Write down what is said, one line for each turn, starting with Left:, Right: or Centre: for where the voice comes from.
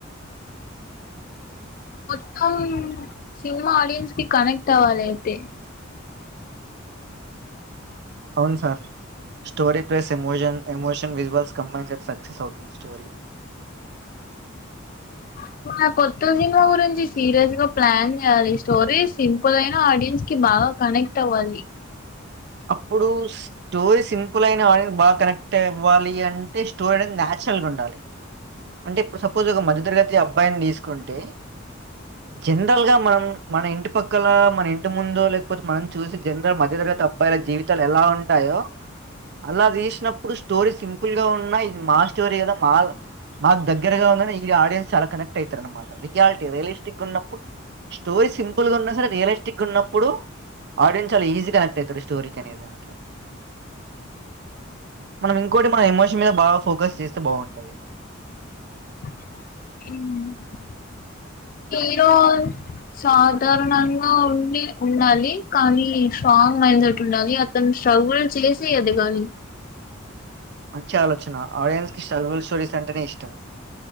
Left: మొత్తం సినిమా ఆడియన్స్ కి కనెక్ట్ అవ్వాలైతే
Right: అవును sir story plus emotion emotional visuals combine sir success అవుతుంది స్టోరీ
Left: ఉ నా కొత్త సినిమా గురించి సీరియస్ గా ప్లాన్ చేయాలి స్టోరీ సింపుల్ అయినా ఆడియన్స్ కి బాగా కనెక్ట్ అవ్వాలి
Right: అప్పుడు స్టోరీ సింపుల్ అయిన ఆడియన్ క్ బాగా కనెక్ట్ అవ్వాలి అంటే స్టోరీ అనేది నచ్ చురల్గా ఉండాలి అంటే ఇప్పుడు సపోజ్ ఒక మధ్యతరగతి అబ్బాయిని తీసుకుంటే జనరల్గా మనం మన ఇంటి పక్కల మన ఇంటి ముందో లేకపోతే మనం చూసి జనరల్ మధ్యతరగతి అ అబ్బాయిల జీవితాలు ఎలా ఉంటాయో అలా తీసినప్పుడు స్టోరీ సింపుల్ గా ఉన్నా ఇది మా స్టోరీ కదా మా మాకు దగ్గరగా ఉందని ఈ ఆడియన్స్ చాలా కనెక్ట్ అవుతారు అనమాట రియాలిటీ రియలిస్టిక్గా ఉన్నప్పుడ్ స్టోరీ సింపుల్ గా ఉన్నా సరే రియలిస్టిక్ గా ఉన్నప్పుడు ఆడియన్స్ చాలా ఈజీ కనెక్ట్ అయితర్ కోరికనే దానికే మనం ఇంకోటి మన ఎమోషన్ మీద బాగా ఫోకస్ చేస్తే బాగుంటుంది
Left: మ్ కీరోల్ సాధారణంగా ఉండి ఉండాలి కానీ స్ట్రాంగ్ మైండెడ్ ఉండాలి అతను ట్రోల్ చేసి ఎదగాలి
Right: మంచి ఆలోచన ఆడియన్స్ కి స్టబల్ స్టోరీస్ అంటేనే ఇష్టం